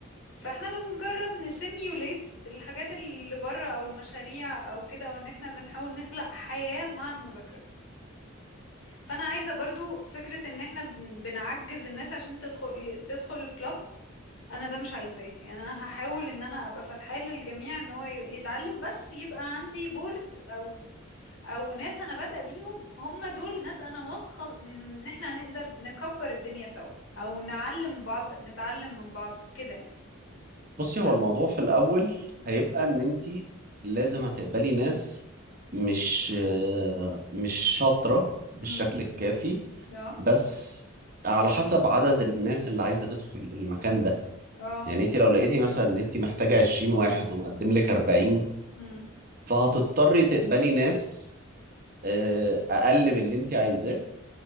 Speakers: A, on the left; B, on the right.
A: فاحنا بنجرب نسيميوليت الحاجات اللي بره او المشاريع او كده وان احنا بنحاول نخلق حياه مع المذاكره فانا عايزه برضو فكره ان احنا بن- بنعجز الناس عشان تدخل تدخل الكلاب انا ده مش عايزاه يعني انا هحاول ان انا ابقى فاتحة للجميع ان هو ي- يتعلم بس يبقى عندي بورد او او ناس انا بادئة بيهم هم دول ناس انا واثقة ان إن احنا هنقدر نكبر الدنيا سوا او نعلم بعض نتعلم من بعض كده يعني
B: بصي هو
A: فن
B: الموضوع في الأول هيبقى إن أنت لازم هتقبلي ناس مش آه، مش شاطرة بالشكل
A: امم
B: الكافي
A: اه
B: بس على حسب عدد الناس اللي عايزة تدخل المكان ده
A: اه
B: يعني انت لو لقيتي مثلا ان انت محتاجة 20 واحد ومقدم لك 40
A: امم
B: فهتضطري تقبلي ناس آه، اقل من اللي انت عايزاه